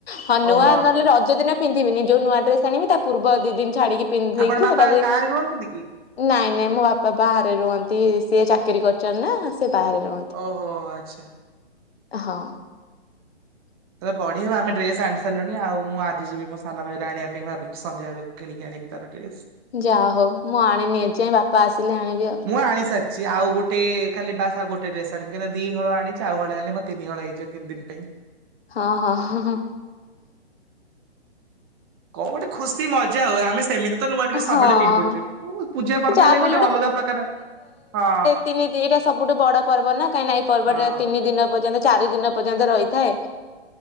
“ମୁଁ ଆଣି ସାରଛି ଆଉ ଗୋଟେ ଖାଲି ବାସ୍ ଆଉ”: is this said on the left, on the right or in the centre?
Right